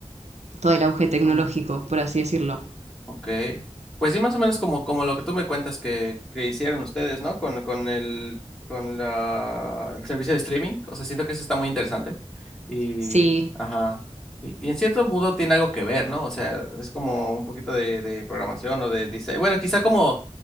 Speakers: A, on the right (about 75°); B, in the centre.
A: todo el auge tecnológico,
B: ujú.
A: por así decirlo.
B: Ok. Pues sí, más o menos como, como lo que tú me cuentas que, que hicieron ustedes, ¿no? Con, con el, con la, el servicio de streaming. O sea, siento que eso está muy interesante. Y,
A: Sí,
B: ajá. Y, y en cierto modo tiene algo que ver, ¿no? O sea, es como un poquito de, de programación o de diseño. Bueno, quizá como